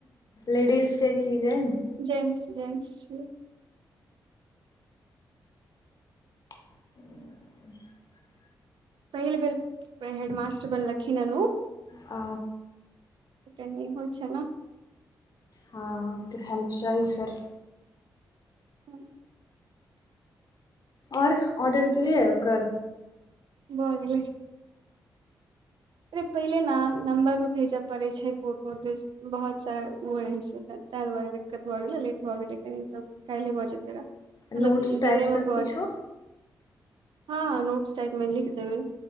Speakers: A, on the left; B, on the right.
A: लेडीज छै की जेन्स
B: जेन्स जेन्स छै
A: <unintelligible>
B: पहिल बेर हेडमास्टर बनलखिन हऽ उऽ
A: आ
B: तऽ टेरनिंग होइ छै ना
A: हँ तऽ हेल्प चाही फेर
B: हु
A: आऔर ऑर्डर केलियै ओकर
B: भ गेलै अरे पहिले न नम्बर पर भेज पड़ै छै फोटो बहुत सारा उऽ ओ रहै छै ताय दुआरे दिक्कत भए गेले लेट भए गेले कनी त काइले भऽ जेतए मतलब
A: नोट्स
B: ई
A: टाइप
B: दिने
A: सब
B: म भऽ
A: किछो
B: जेतै हँ हँ नोट्स टाइपमे लिखि देबै